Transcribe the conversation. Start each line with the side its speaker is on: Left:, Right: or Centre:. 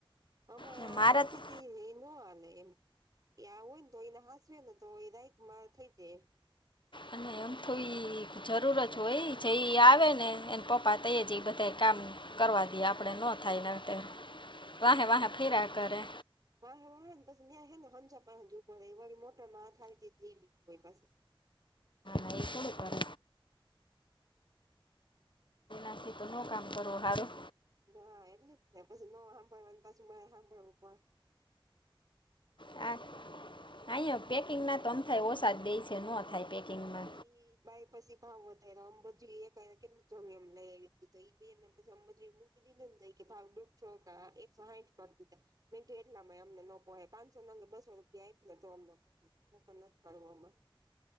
Right: અમા
Left: ને
Right: આ
Left: મારે
Right: નથી
Left: તો-
Right: ત એ ન હાલે એમ. એ આવ હોય ને તો એના હાસવે ને તો એ દાય માર થઈ જાય.
Left: અને એમ થોડી જરૂરત હોય એ જઈ આવે ને એને પપ્પા તઈ જ બધા. કામ કરવા દઈએ આપણે ન થાયને વાહે વાહ ફેરા કરે
Right: વા વાને બસ ને હંજાપ ઉભર વ મોટર માથળ તે બસ.
Left: <unintelligible> બાથી તોનું કામ કરોું હારું.
Right: નાા એટલે જ ને પછી નવ સાંભળવા પાછી મારે સાંભળવું પડ
Left: હા <unintelligible> પેકિંગ ના તોમ થાય ઓછા જ દે છે ન થાય પેકિંગમાં
Right: એ બાઈ પછી ભાવ વધારે અંબાજી એક કેટલું જમ્યું એમ લઈ આવી તી તો એ બેને પછી અંબાજી <unintelligible> કે ભાવડોક છો કા એક સાઈઠ કર દીધા મીઠું એટલામાં એ અમને ન પોહે પાંનસો નંગ બસો રૂપિયા આપ ને તો અમને બઉ <unintelligible> કરવામાં